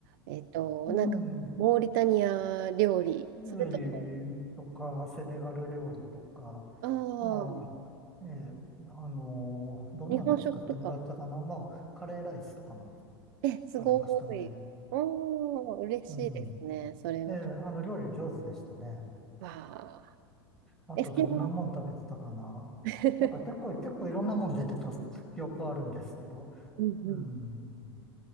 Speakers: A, on the right; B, in the centre.
A: えっと、
B: うん。
A: なんか、モーリタニア料理、
B: ウェリとか、
A: それとも、
B: セネガル料理とか、
A: あ
B: ま
A: あ、
B: あ、ええ、あのどんなの作ってもらったかな。
A: 日本食とか。
B: まあ、カレーライスとかも
A: え、すごい。
B: ありましたね。
A: おー、嬉しいですね、
B: うん。
A: それは。
B: ええ、あの、料理上手でしたね。
A: わあ。
B: あと、
A: え、それは、
B: どんなもん食べてたかな。
A: <laughs>
B: なんか結構、結構いろんなもん出てた記憶あるんですけど。
A: うんうん。
B: うん。